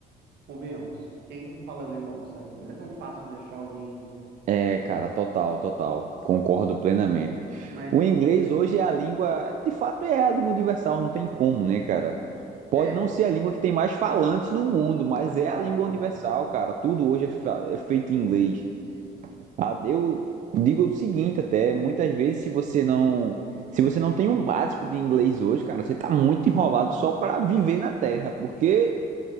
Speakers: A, on the right (about 70°); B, on the right (about 50°).
A: Convenhamos, quem fala alemão, sabe? Não é tão fácil de achar alguém,
B: É, cara, total, total. Concordo plenamente.
A: mas
B: O inglês hoje é a língua, de fato é a língua universal, não tem como, né, cara? Pode
A: é,
B: não ser a língua que tem mais falantes no mundo, mas
A: exato.
B: é a língua universal, cara. Tudo hoje é, fa- é feito em inglês. Ah, Eu digo o seguinte até, muitas vezes se você não, se você não tem um básico de inglês hoje, cara, você tá muito enrolado só pra viver na Terra, porque